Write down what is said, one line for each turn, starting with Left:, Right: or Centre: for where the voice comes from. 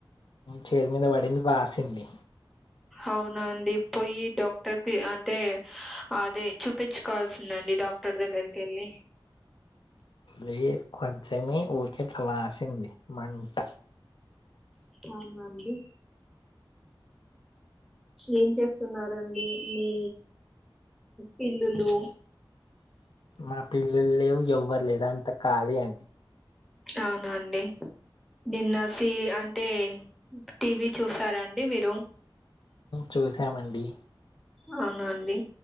Left: చేతి మీద పడింది వాసింది
Centre: అవున అండి పోయి డాక్టర్ కి అంటే అదే చూపించు కాల్సిందండి డాక్టర్ దగ్గరికి వెళ్ళి
Left: లేదు కొంచమే ఊరికే అట్ల వాసింది మంట
Centre: అవునాండి ఏం చేస్తున్నారండి మీ పిల్లులు
Left: మా పిల్లలు లేవు ఎవరు లేరు అంత ఖాళీ అండి
Centre: అవునా అండి నిన్న సీ అంటే టీవీ చూసారా అండి మీరు
Left: చూసామండి
Centre: అవున అండి